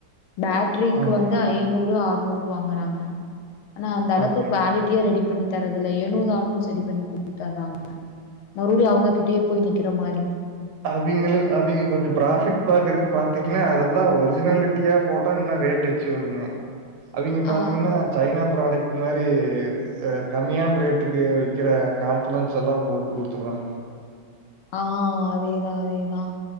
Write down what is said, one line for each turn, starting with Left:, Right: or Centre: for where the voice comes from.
Left: பேட்டரிக்கு
Right: ஆமாங்க,
Left: வந்து ஐநூறு அறுநூறு வாங்றாங்க ஆனா அந்த அளவுக்கு
Right: ஆமாங்க.
Left: குவாலிட்டியா ரெடி பண்ணி தரதுல்ல ஏனோ தானோ சரி பண்ணி கொடுக்றாங்க மறுபடியும் அவங்க கிட்டயே போய் நிக்ற மாரி
Right: அவிங்களுக்கு அங்க கொஞ்சம் ப்ராபிட் பாக்குறக்கு பாத்தீங்கன்னா அதெல்லாம் ஒரிஜினாலிட்டியா போட்டா இன்ன ரேட்டு வருங்க அவங்க
Left: ஆ
Right: பாத்தீங்கன்னா சைனா ப்ராடக்ட் மாரி கம்மியான ரேட்டுக்கு வைக்கிற காம்பிடன்ஸ் எல்லாம் போட்டு கொடுத்து ருவாங்க
Left: ஆ அதேதான் அதேதான்